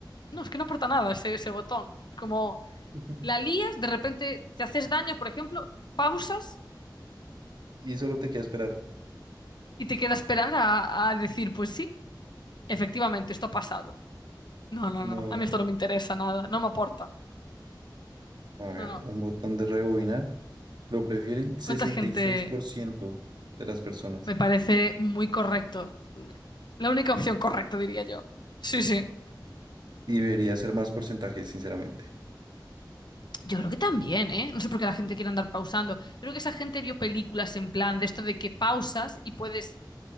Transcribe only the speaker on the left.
no, es que no aporta nada ese, ese botón. Es como...
La lías, de repente te haces daño, por ejemplo, pausas
y te queda esperar a, a decir, pues sí, efectivamente, esto ha pasado. No, no,
no, a mí esto no me interesa nada, no me aporta.
No, no.
¿Cuánta gente
me parece muy correcto? La única opción correcta, diría yo. Sí, sí.
Yo creo que también, ¿eh? No sé por qué la gente quiere andar pausando. Yo creo que esa gente vio películas en plan de esto de que pausas y puedes